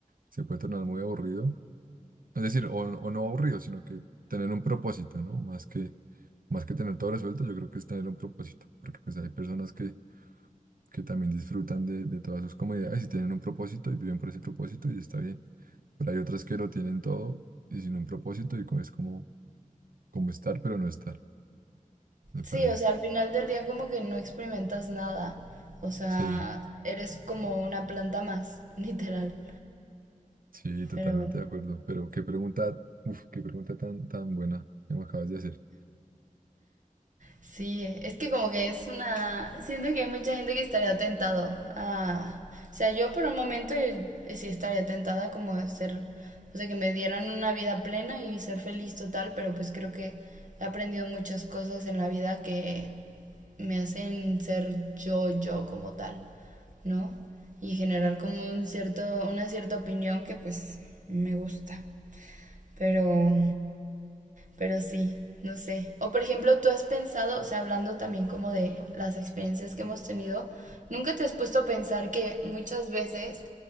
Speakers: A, on the right; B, on the right.
A: se puede tornar muy aburrido. Es decir, o, o no aburrido, sino que tener un propósito, ¿no? Más que, más que tener todo resuelto, yo creo que es tener un propósito, porque pues hay personas que, que también disfrutan de, de todas sus comodidades y tienen un propósito y viven por ese propósito y está bien. Pero hay otras que lo tienen todo y sin un propósito y co- es como, como estar, pero no estar, me
B: Sí,
A: parece.
B: o sea, al final del día como que no experimentas nada. O sea,
A: Sí.
B: eres como una planta más, <laughs> literal.
A: Sí, totalmente
B: Pero,
A: de acuerdo. Pero qué pregunta, uf, qué pregunta tan, tan buena que me acabas de hacer.
B: Sí, es que como que es una... Siento que hay mucha gente que estaría tentado a... O sea, yo por un momento eh, sí estaría tentada como a ser... O sea, que me dieran una vida plena y ser feliz total, pero pues creo que he aprendido muchas cosas en la vida que me hacen ser yo, yo como tal, ¿no? Y generar como un cierto, una cierta opinión que pues me gusta. Pero pero sí, no sé. O por ejemplo, tú has pensado, o sea, hablando también como de las experiencias que hemos tenido, ¿nunca te has puesto a pensar que muchas veces